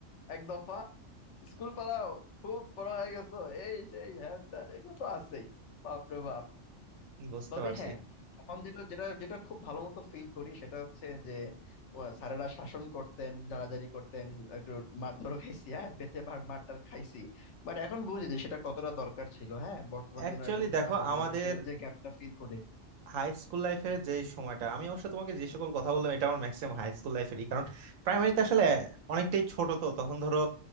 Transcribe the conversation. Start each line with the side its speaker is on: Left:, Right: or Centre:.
Left: এক দফা স্কুল পাড়াও খুব বড় হয়ে গেছো এই সেই হ্যান ত্যান এগুলো তো আছেই বাপ রে বাপ
Right: বুঝতে
Left: তবে
Right: পারছি
Left: হ্যাঁ এখন যেটা যেটা যেটা খুব ভালো মতো ফিল করি সেটা হচ্ছে যে আহ, স্যারেরা শাসন করতেন জারাজারি করতেন একটু মারধরও খাইছি হ্যাঁ বেঁচে মার মারটার খাইছি বাট এখন বুঝি যে সেটা কতটা দরকার ছিল হ্যাঁ বর্তমান
Right: অ্যাকচুয়ালি
Left: জেনারেশনের
Right: দেখো
Left: সাথে আমাদের
Right: আমাদের
Left: জেনারেশনের যে গ্যাপটা ফিল করি
Right: হাই স্কুল লাইফের যে সময়টা আমি অবশ্য তোমাকে যে সকল কথা বললাম এটা আমার ম্যাক্সিমাম হাই স্কুল লাইফেরই কারণ প্রাইমারিতে আসলে অনেকটাই ছোট তো তখন ধরো